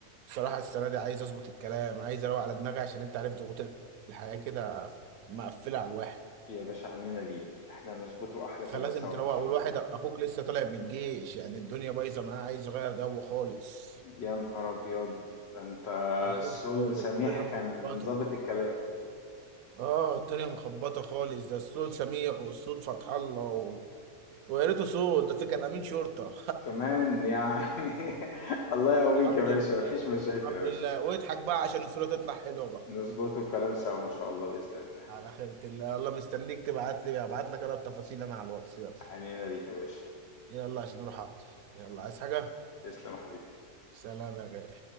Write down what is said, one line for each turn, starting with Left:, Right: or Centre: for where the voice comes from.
Right: بصراحة السنة دي عايز اظبط الكلام عايز اروق على دماغي عشان انت عارف ضغوط الحياة كده مقفلة على الواحد
Left: يا باشا عنينا ليك احنا نظبطه احلى
Right: فلازم
Left: كلام سوا
Right: تروق
Left: ان شاء
Right: والواحد
Left: الله
Right: اخوك لسه طالع من الجيش يعني الدنيا بايظة معاه عايز يغير جو خالص
Left: يا نهار ابيض ده انت
Right: اخوك
Left: السول
Right: آه،
Left: سميح
Right: الدنيا
Left: كان
Right: مخبطه
Left: ظابط الكلام
Right: اه الدنيا مخبطه خالص ده السود سميح والسود فتح الله و... ويا ريته سود ده كان امين شرطه
Left: كمان يعني <laughs> الله
Right: <laughs>
Left: يقويك
Right: الحمد
Left: يا باشا
Right: لله
Left: مفيش مشاكل
Right: الحمد
Left: يا باشا
Right: لله واضحك بقى عشان الصوره تطلع حلوه بقى
Left: نظبطه الكلام سوا ان شاء الله باذن الله
Right: على خيرة الله الله مستنيك تبعت لي ابعت لك انا التفاصيل انا على الواتس يلا
Left: عنينا ليك يا باشا
Right: يلا عشان اروح اقضي يلا عايز حاجه
Left: تسلم يا حبيبي
Right: سلام يا غالي